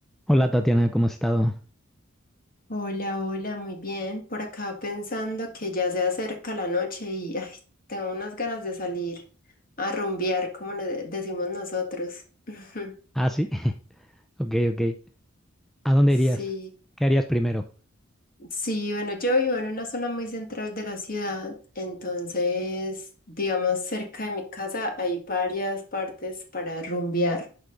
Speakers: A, in the centre; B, on the left.
A: Hola Tatiana, ¿cómo has estado?
B: Hola, hola, muy bien. Por acá pensando que ya se acerca la noche y ay, tengo unas ganas de salir a rumbear, como le de- decimos nosotros. <laughs>
A: Ah, sí. <laughs> Ok, ok. ¿A dónde
B: Sí.
A: irías? ¿Qué harías primero?
B: Sí, bueno, yo vivo en una zona muy central de la ciudad, entonces, digamos, cerca de mi casa hay varias partes para rumbear